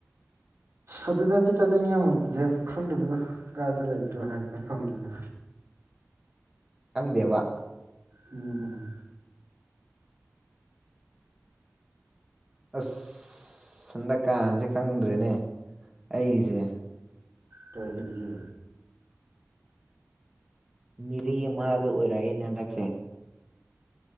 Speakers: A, on the right; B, on the right.
A: ꯑꯗꯨꯗꯗꯤ ꯆꯠꯅꯤꯡꯉꯤꯦ ꯃ ꯈꯪꯗꯕꯗꯣ ꯀꯥꯏꯗ ꯂꯩꯕꯅꯣ ꯍꯥꯏꯕꯗꯣ ꯈꯪꯗꯤꯅꯦ
B: ꯇꯧꯗꯦꯕ
A: ꯎꯝ
B: ꯑꯁ ꯍꯟꯗꯛ ꯀꯥꯡꯁꯦ ꯈꯪꯗ꯭ꯔꯦꯅꯦ ꯑꯩꯒꯤꯁꯦ
A: ꯀꯔꯤꯒꯤ
B: ꯃꯤꯔꯤꯦ ꯑꯃꯒ ꯑꯣꯏꯔꯛꯑꯦꯅꯦ ꯍꯟꯗꯛꯁꯦ